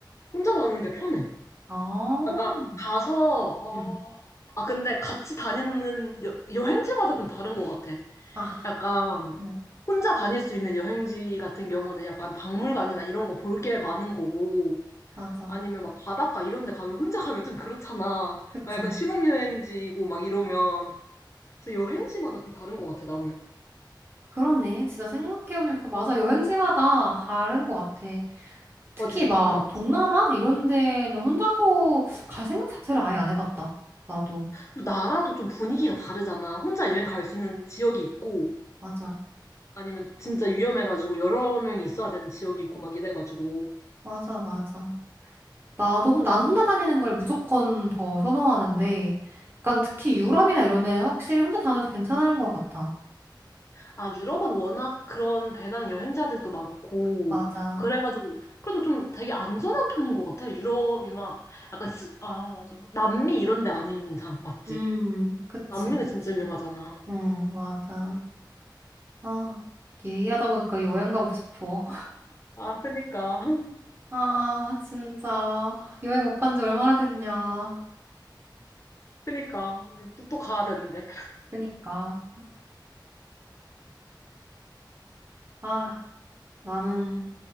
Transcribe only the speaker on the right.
아,
응
아,
응
맞아.
그치?
그러네. 진짜 생각해보면, 그 맞아. 여행지마다 다른 것 같아. 특히
막
동남아 이런 데는 혼자서 갈 생각 자체를 아예 안 해봤다. 나도.
맞아,
맞아,
맞아, 맞아. 나도 혼, 난 혼자 다니는 걸 무조건 더 선호하는데, 약간 특히 유럽이나 이런 데는 확실히 혼자 다녀도 괜찮은 것 같아.
맞아.
음, 그치,
그치.
응, 맞아. 아, 얘기하다 보니까 여행 가고 싶어.
<laughs> 아, 진짜. 여행 못 간지 얼마나 됐냐.
그니까. 아, 나는.